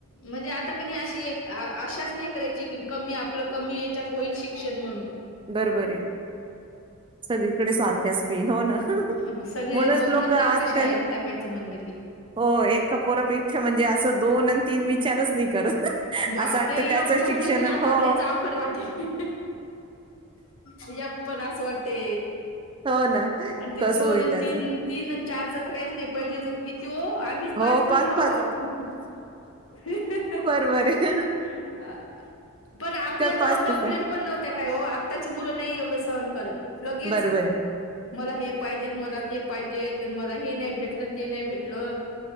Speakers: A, on the left (about 65°); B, on the right (about 25°).
A: म्हणजे आता कणी अशी एक आशाच नाही करायची कमी आपलं कमी याच्यात होईल शिक्षण म्हणून
B: बरबर आहे सगळीकडे सारख्याच फी हो ना
A: हो सगळं
B: म्हणूनच
A: बघणच
B: लोक आजकाल
A: लागते शाळेत टाकायचं म्हण <unintelligible>
B: हो एका पोरापेक्षा म्हणजे असं दोन आणि तीन विचारच नाही करत
A: बापरे
B: असं वाटतं त्याचं
A: यक म्हटलं
B: शिक्षण
A: की नातालाच
B: हो
A: अवघड वाटेल तुझ पण असं वाटते
B: हो ना
A: आणि ते
B: कसं
A: दोन
B: होईल
A: आणि
B: त्याच
A: तीन तीन आणि चारच तर काहीच नाही पहिले तर. तो आम्हीच
B: हो
A: पाच बहीण भाऊह
B: पाच
A: <unintelligible>
B: बर बर हे
A: ह ह पण आपल्या
B: पाच
A: त्या
B: ते
A: कम्प्लेट
B: सहा
A: पण नव्हत्या काय हो आत्ताची मुलं नाही एवढं सहन करत लगेच
B: बरोबर आहे
A: मला हे पाहिजे मला ते पाहिजेत मला हे नाही भेटलं ते नाही भेटलं